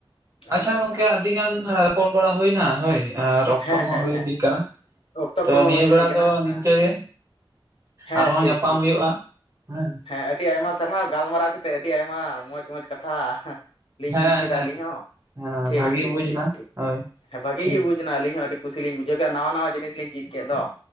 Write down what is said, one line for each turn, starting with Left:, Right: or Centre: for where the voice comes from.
Right: ᱟᱪᱪᱷᱟ
Left: ᱚᱱᱮ ᱚᱝᱠᱟ᱾
Right: ᱜᱚᱝᱠᱮ ᱟᱹᱰᱤ ᱜᱟᱱ ᱨᱚᱯᱚᱨ ᱵᱟᱲᱟ ᱦᱩᱭᱱᱟ ᱦᱳᱭ᱾ ᱟᱨ ᱚᱠᱛᱚ
Left: ᱦᱮᱸ
Right: ᱠᱚ
Left: ᱦᱮᱸ
Right: ᱦᱚᱸ ᱦᱩᱭ
Left: ᱦᱮᱸ
Right: ᱤᱫᱤᱜ ᱠᱟᱱᱟ
Left: ᱚᱠᱛᱚ
Right: ᱛᱚ
Left: ᱠᱚᱦᱚᱸ
Right: ᱱᱤᱭᱟᱹ
Left: ᱦᱩᱭ ᱤᱫᱤᱜ
Right: ᱵᱮᱲᱟ
Left: ᱠᱟᱱᱟ
Right: ᱫᱚ ᱱᱤᱝᱠᱟᱹ
Left: ᱦᱮᱸ
Right: ᱜᱮ᱾
Left: ᱦᱮᱸ
Right: ᱟᱨᱦᱚᱸ
Left: ᱴᱷᱤᱠ
Right: ᱧᱟᱯᱟᱢ
Left: ᱴᱷᱤᱠ
Right: ᱦᱩᱭᱩᱜᱼᱟ
Left: ᱴᱷᱤᱠ
Right: ᱦᱮᱸ᱾
Left: ᱦᱮᱸ ᱟᱹᱰᱤ ᱟᱭᱢᱟ ᱥᱟᱨᱦᱟᱣ ᱜᱟᱞᱢᱟᱨᱟᱣ ᱠᱟᱛᱮᱫ ᱟᱹᱰᱤ ᱟᱭᱢᱟ ᱢᱚᱸᱡᱽ ᱢᱚᱸᱡᱽ ᱠᱟᱛᱷᱟ ᱞᱤᱧ
Right: ᱦᱮᱸ
Left: ᱪᱤᱫ ᱠᱮᱫᱟ
Right: ᱦᱮᱸ
Left: ᱟᱹᱞᱤᱧ ᱦᱚᱸ
Right: ᱦᱮᱸ
Left: ᱴᱷᱤᱠ
Right: ᱵᱷᱟᱜᱤ
Left: ᱴᱷᱤᱠ
Right: ᱵᱩᱡᱽ
Left: ᱴᱷᱤᱠ
Right: ᱱᱟ
Left: ᱴᱷᱤᱠ
Right: ᱦᱳᱭ
Left: ᱵᱷᱟᱜᱤ
Right: ᱴᱷᱤᱠ
Left: ᱜᱮ ᱵᱩᱡ ᱱᱟ ᱟᱞᱤᱧ ᱦᱚᱸ ᱟᱹᱰᱤ ᱠᱩᱥᱤ ᱞᱤᱧ ᱵᱩᱡᱷᱟᱹᱣ ᱠᱮᱜᱼᱟ, ᱱᱟᱣᱟ ᱱᱟᱣᱟ ᱡᱤᱱᱤᱥ ᱞᱤᱧ ᱪᱮᱫ ᱠᱮᱫ ᱫᱚ᱾